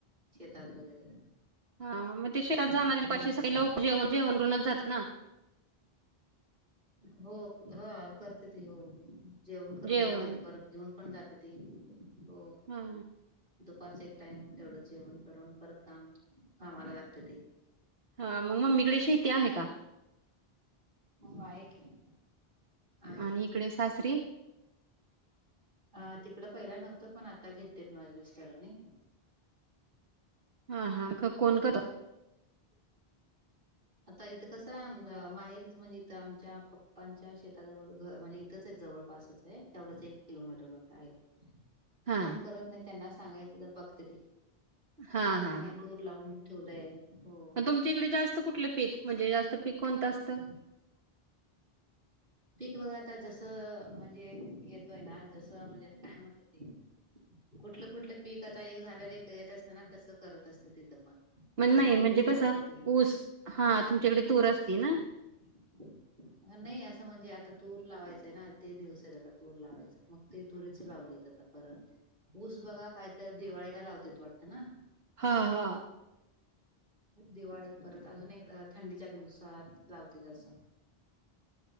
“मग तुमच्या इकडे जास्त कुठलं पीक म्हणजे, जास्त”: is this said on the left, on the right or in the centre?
Right